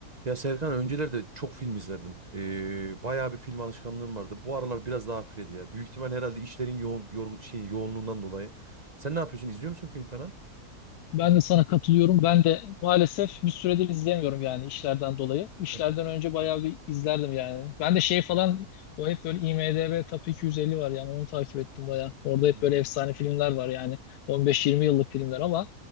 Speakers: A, on the right; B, on the left.
A: Ya Serkan öncelerde çok film izlerdim. Ee, bayağı bir film alışkanlığım vardı. Bu aralar biraz daha hafifledi ya. Büyük ihtimal herhalde işlerin yoğun, yorgun, şey, yoğunluğundan dolayı. Sen ne yapıyorsun? İzliyor musun film falan?
B: Ben de sana katılıyorum. Ben de maalesef bir süredir izleyemiyorum yani işlerden dolayı. İşlerden
A: Hı hı.
B: önce bayağı bir izlerdim yani. Ben de şey falan o hep böyle IMDb Top 250 var yani onu takip ettim bayağı. Orada
A: Hmm.
B: hep böyle efsane filmler var yani 15-20 yıllık filmler ama